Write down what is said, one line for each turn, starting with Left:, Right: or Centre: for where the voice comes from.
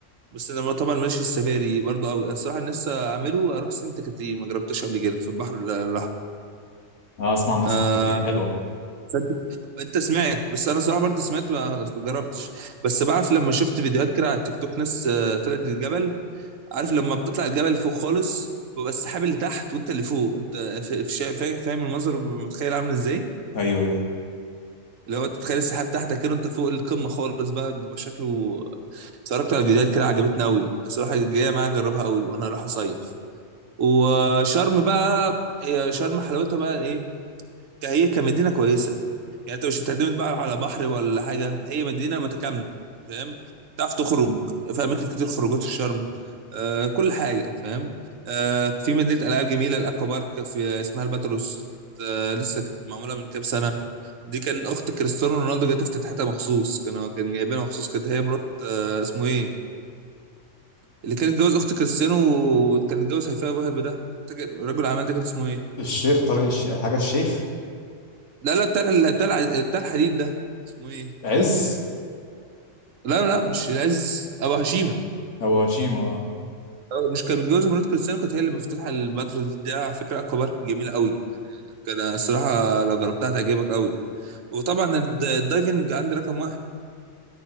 Right: بس انا طبعا ماليش في السفاري برضو قوي الصراحه أنا لسه اعمله اروح سنت كتير ما جربتش قبل كده في البحر ال- الاحمر
Left: اه اسمع عن ناس
Right: آه
Left: كاترين حلوه
Right: فانت انت سمعت بس انا صراحه برضه سمعت ما جربتش بس بعرف لما شفت فيديوهات كده على التيك توك ناس آه، طلعت الجبل عارف لما بتطلع الجبل فوق خالص بيبقى السحاب اللي تحت وانت اللي فوق انت فا- فا- فا- فاهم المنظر متخيل عامل ازاي
Left: ايوه ايوه
Right: اللي هو انت بتخيل السحاب تحتك كده وانت فوق القمه خالص بقى بيبقى شكله اتفرجت على فيديوهات كده عجبتني قوي الصراحه جايه معايا اجربها قوي وانا رايح اصيف وشرم بقى هي شرم حلاوتها بقى ايه هي كمدينه كويسه يعني انت مش هتعتمد بقى على بحر ولا حاجه هي مدينه متكامله فاهم تعرف تخرج في اماكن كتير خروجات في شرم آه كل حاجه فاهم آه في مدينه العاب جميله الاكوا بارك في اسمها الباتروس آه لسه كانت معموله من كام سنه دي كان اخت كريستيانو رونالدو جت افتتحتها مخصوص كانوا كان جايبينها مخصوص كانت هي مرات آه اسمه ايه اللي كان اتجوز اخت كريستيانو وكان اتجوز هيفاء وهبي ده فاكر رجل الاعمال ده كان اسمه ايه
Left: الشيخ طريق الش... حاجه الشيخ
Right: لا لا بتاع بتاع بتاع الحديد ده اسمه ايه
Left: عز
Right: لا لا مش العز ابو هشيمه
Left: او هشيمة آه.
Right: مش كانت متجوزه مرات كريستيانو كانت هي اللي مفتوحه البتراء دي ده على فكره اكوا بارك جميله قوي يعني كان الصراحه لو جربتها تعجبك قوي وطبعا الد- الدايفنج عندي رقم واحد